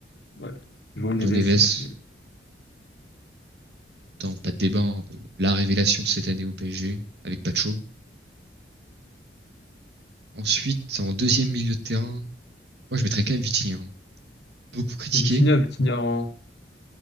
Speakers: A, on the left (about 65°); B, on the right (about 65°).
A: ouais. Joao Neves,
B: Joao Neves,
A: et puis euh,
B: dans pas de débat, hein, la révélation de cette année au PSG, avec Pacho. Ensuite, en deuxième milieu de terrain, moi, je mettrais quand même Vitinha. hein. Beaucoup critiqué.
A: Vitinha, Vitinha en...